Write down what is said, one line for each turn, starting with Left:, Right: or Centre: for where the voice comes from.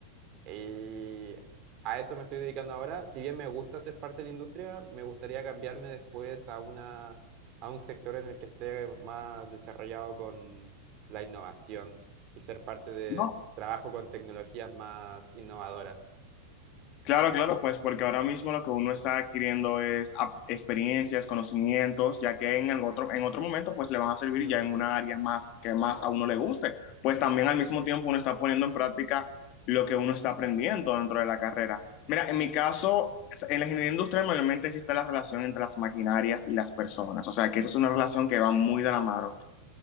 Right: Y a eso me estoy dedicando ahora. Si bien me gusta ser parte de la industria, me gustaría cambiarme después a una, a un sector en el que esté más desarrollado con la innovación y ser parte de
Left: No,
Right: trabajo con tecnologías más innovadoras.
Left: Claro, claro, pues porque ahora mismo lo que uno está adquiriendo es ap- experiencias, conocimientos, ya que en el otro, en otro momento pues le van a servir
Right: Ujú,
Left: ya en una área más que más a uno le guste. Pues también al mismo tiempo uno está poniendo en práctica lo que uno está aprendiendo dentro de la carrera. Mira, en mi caso, s- en la ingeniería industrial mayormente existe la relación entre las maquinarias y las personas, o sea que eso es una relación que va muy de la mano.